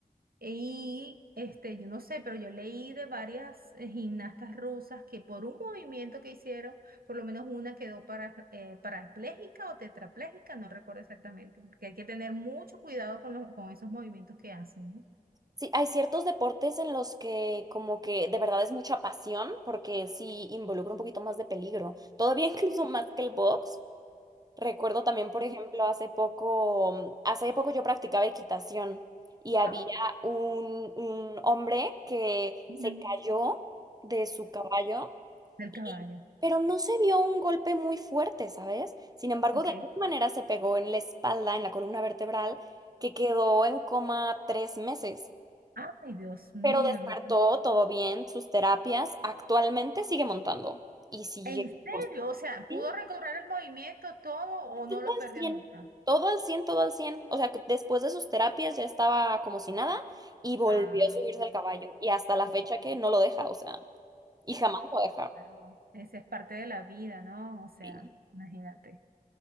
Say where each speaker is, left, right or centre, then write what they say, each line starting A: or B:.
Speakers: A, on the right (about 75°); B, on the right (about 25°).
A: y este, yo no sé, pero yo leí de varias eh, gimnastas rusas que por un movimiento que hicieron, por lo menos una quedó para, eh, parapléjica o tetrapléjica, no recuerdo exactamente, porque hay que tener mucho cuidado con, los- con esos movimientos que hacen, ¿no?
B: Sí, hay ciertos deportes en los que como que de verdad es mucha pasión, porque sí involucra un poquito más de peligro, todavía <laughs> incluso más que el box. Recuerdo también, por
A: Ujú.
B: ejemplo, hace poco, mm, hace poco yo practicaba equitación y había
A: Ah,
B: un, un hombre que
A: ujú.
B: se cayó de su caballo
A: Del
B: y-
A: caballo.
B: pero no se vio un golpe muy fuerte, ¿sabes? Sin embargo,
A: Ok.
B: de alguna manera se pegó en la espalda, en la columna vertebral, que quedó en coma tres meses.
A: Ay, Dios mío,
B: Pero despertó
A: no.
B: todo bien, sus terapias, actualmente sigue montando y sigue
A: ¿En serio? O sea,
B: sí,
A: ¿pudo recobrar el movimiento todo o
B: todo
A: no lo
B: al
A: perdió
B: 100,
A: nunca?
B: todo al 100, todo al cien. O sea, que después de sus terapias ya estaba como si nada y volvió
A: Ah,
B: a subirse al caballo y hasta la
A: oh,
B: fecha que no lo deja, o sea, y jamás lo va a dejar.
A: claro. Esa es parte de la vida, ¿no? O sea,
B: Y-
A: imagínate.